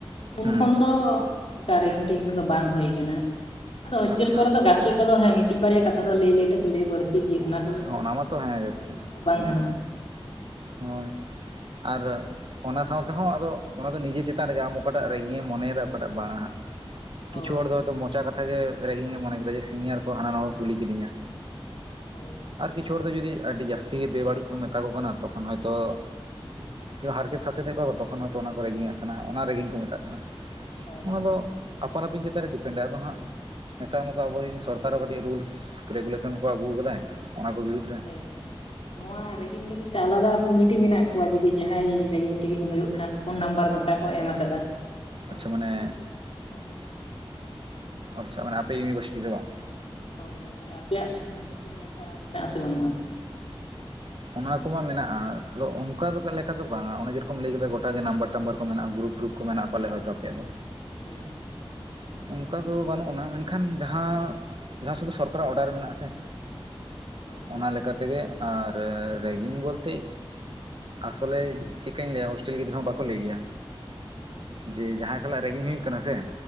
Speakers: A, on the left; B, on the right.
A: ᱩᱱ
B: ᱦᱩᱸ
A: ᱠᱷᱚᱱ ᱫᱚ ᱚᱱᱠᱟ ᱨᱤᱱ ᱴᱤᱱ ᱠᱚᱫᱚ ᱵᱟᱝ ᱦᱩᱭ ᱟᱠᱟᱱᱟ᱾ ᱟᱫᱚ ᱦᱳᱥᱴᱮᱞ
B: ᱟᱪᱪᱷᱟ
A: ᱠᱚᱨᱮ ᱫᱚ ᱜᱟᱛᱮ ᱠᱚᱫᱚ ᱦᱮᱸ ᱢᱤᱫᱴᱤᱡ ᱵᱟᱨᱭᱟ ᱠᱟᱛᱷᱟ ᱫᱚ ᱞᱟᱹᱭ ᱞᱟᱹᱭ ᱛᱮᱠᱚ ᱞᱟᱹᱭ ᱵᱟᱹᱲᱛᱤ ᱜᱮᱭᱟ᱾ ᱚᱱᱟ ᱠᱚᱫᱚ ᱨᱟᱹᱜᱤ
B: ᱚᱱᱟ
A: ᱦᱤᱥᱟᱹᱵᱽ
B: ᱢᱟᱛᱚ
A: ᱛᱮ
B: ᱦᱮᱸ
A: ᱦᱟᱛᱟᱣ
B: ᱡᱟᱹᱥᱛᱤ
A: ᱞᱮᱠᱷᱟᱱ ᱫᱚ ᱵᱟᱝ ᱜᱟᱱᱚᱜᱼᱟ᱾
B: ᱦᱳᱭ ᱟᱨ ᱚᱱᱟ ᱥᱟᱶᱛᱮ ᱦᱚᱸ ᱟᱫᱚ ᱚᱱᱟ ᱫᱚ ᱱᱤᱡᱮ ᱪᱮᱛᱟᱱ ᱨᱮᱜᱮ ᱟᱢ ᱚᱠᱟᱴᱟᱜ ᱨᱟᱹᱜᱤᱭᱮᱢ ᱢᱚᱱᱮᱭᱮᱫᱟ ᱚᱠᱟᱴᱟᱜ ᱵᱟᱝᱟ ᱦᱟᱸᱜ᱾
A: ᱦᱳᱭ
B: ᱠᱤᱪᱷᱩ ᱦᱚᱲ ᱫᱚ ᱦᱚᱭᱛᱳ ᱢᱚᱪᱟ ᱠᱟᱛᱷᱟ ᱜᱮ ᱨᱟᱹᱜᱤ ᱜᱮ ᱢᱚᱱᱮ ᱠᱮᱫᱟ ᱡᱮ ᱥᱤᱱᱤᱭᱟᱨ ᱠᱚ ᱦᱟᱱᱟ ᱱᱟᱣᱟ ᱠᱚ ᱠᱩᱞᱤ ᱠᱤᱫᱤᱧᱟ᱾
A: ᱦᱳᱭ
B: ᱟᱨ ᱠᱤᱪᱷᱩ ᱦᱚᱲ ᱫᱚ ᱡᱩᱫᱤ ᱟᱹᱰᱤ ᱡᱟᱹᱥᱛᱤ ᱜᱮ ᱵᱮᱵᱟᱹᱲᱤᱡ ᱠᱚ ᱢᱮᱛᱟ ᱠᱚ ᱠᱟᱱᱟ ᱛᱚᱠᱷᱚᱱ ᱦᱚᱭᱛᱚ
A: ᱦᱩᱸ ᱦᱩᱸ
B: ᱠᱤ ᱦᱟᱨᱠᱮᱛ ᱥᱟᱥᱮᱛ ᱮᱫ ᱠᱚᱣᱟ ᱠᱚ ᱛᱚᱠᱷᱚᱱ ᱦᱚᱭᱛᱳ ᱚᱱᱟ ᱠᱚ ᱨᱮᱸᱜᱤᱧ ᱮᱛ ᱠᱟᱱᱟ ᱚᱱᱟ ᱨᱮᱸᱜᱤᱝ ᱠᱚ ᱢᱮᱛᱟᱜ ᱠᱟᱱᱟ
A: ᱦᱮᱸ
B: ᱚᱱᱟ
A: ᱦᱮᱸ
B: ᱫᱚ ᱟᱯᱟᱱ ᱟᱹᱯᱤᱱ ᱪᱮᱛᱟᱱ ᱨᱮ ᱰᱤᱯᱮᱱᱰ ᱟᱭ ᱟᱫᱚ ᱦᱟᱸᱜ ᱱᱮᱛᱟᱨ ᱢᱚᱛᱚ ᱟᱵᱚᱨᱮᱱ ᱥᱚᱨᱠᱟᱨ ᱦᱚᱸ ᱠᱟᱹᱴᱤᱡ ᱨᱩᱞᱥ ᱨᱮᱜᱩᱞᱮᱥᱚᱱ ᱠᱚ ᱟᱹᱜᱩ ᱟᱠᱟᱫᱟᱭ ᱚᱱᱟ ᱠᱚ ᱵᱤᱨᱩᱫᱽ ᱨᱮ
A: ᱦᱮᱸ ᱦᱮᱸ ᱱᱚᱣᱟ ᱨᱮᱜᱤᱝ ᱞᱟᱹᱜᱤᱫ ᱛᱮ ᱟᱞᱟᱫᱟ ᱠᱚᱢᱤᱴᱤ ᱢᱮᱱᱟᱜ ᱠᱚᱣᱟ ᱡᱩᱫᱤ ᱡᱟᱦᱟᱸᱭ ᱨᱮᱜᱤᱝ ᱛᱮᱜᱤᱧ ᱦᱳᱭᱳᱜ ᱠᱷᱟᱱ ᱯᱷᱳᱱ ᱱᱟᱢᱵᱟᱨ ᱜᱚᱴᱟ ᱠᱚ ᱮᱢ ᱟᱠᱟᱫᱟ᱾ ᱯᱷᱳᱱ
B: ᱟᱪᱪᱷᱟ
A: ᱞᱮᱠᱷᱟᱱ
B: ᱢᱟᱱᱮ
A: ᱜᱮ ᱦᱤᱡᱩᱜ ᱟᱠᱚ
B: ᱟᱪᱪᱷᱟ ᱢᱟᱱᱮ ᱟᱯᱮ ᱤᱭᱩᱱᱤᱵᱷᱟᱨᱥᱤᱴᱤ ᱫᱚ ᱵᱟᱝ?
A: ᱦᱳᱭ ᱦᱳᱭ ᱛᱟᱦᱚᱞᱮ ᱟᱯᱮᱭᱟᱜ ᱤᱭᱩᱱᱤᱵᱷᱟᱨᱥᱤᱴᱤ ᱨᱮᱫᱚ ᱚᱱᱠᱟ ᱢᱮᱱᱟᱜ ᱟᱥᱮ ᱵᱟᱹᱱᱩᱜᱼᱟ?
B: ᱚᱱᱟ ᱠᱚᱢᱟ ᱢᱮᱱᱟᱜᱼᱟ ᱟᱫᱚ ᱚᱱᱠᱟ ᱫᱚ ᱞᱮᱠᱟ ᱫᱚ ᱵᱟᱝᱟ ᱚᱱᱮ ᱡᱮᱨᱚᱠᱚᱢ ᱞᱟᱹᱭ ᱠᱮᱫᱟ ᱜᱚᱴᱟᱜ ᱜᱮ ᱱᱟᱢᱵᱟᱨ ᱴᱟᱢᱵᱟᱨ ᱠᱚ ᱢᱮᱱᱟᱜᱼᱟ ᱜᱩᱨᱩᱯ ᱜᱩᱨᱩᱠ ᱠᱚ ᱢᱮᱱᱟᱜᱼᱟ ᱯᱟᱞᱮ ᱦᱳᱭᱛᱳ ᱟᱯᱮᱭᱟᱜ ᱫᱚ᱾
A: ᱦᱩᱸ ᱦᱩᱸ
B: ᱚᱱᱠᱟ ᱫᱚ ᱵᱟᱹᱱᱩᱜ ᱟᱱᱟ, ᱢᱮᱱᱠᱷᱟᱱ ᱡᱟᱦᱟᱸ ᱡᱟᱦᱟᱸ ᱥᱩᱫᱩ ᱥᱚᱨᱠᱟᱨᱟᱜ ᱚᱰᱟᱨ ᱢᱮᱱᱟᱜ ᱟᱥᱮ
A: ᱦᱳᱭ
B: ᱚᱱᱟ ᱞᱮᱠᱟ ᱛᱮᱜᱮ ᱟᱨ ᱨᱮᱜᱤᱝ ᱵᱚᱞᱛᱮ ᱟᱥᱚᱞᱮ ᱪᱤᱠᱟᱹᱧ ᱞᱟᱹᱭᱟ ᱦᱳᱥᱴᱮᱞ ᱜᱤᱫᱽᱨᱟᱹ ᱦᱚᱸ ᱵᱟᱠᱚ ᱞᱟᱹᱭ ᱜᱮᱭᱟ᱾ ᱡᱮ ᱡᱟᱦᱟᱸᱭ ᱥᱟᱞᱟᱜ ᱨᱮᱜᱤᱝ ᱦᱩᱭᱩᱜ ᱠᱟᱱᱟ ᱥᱮ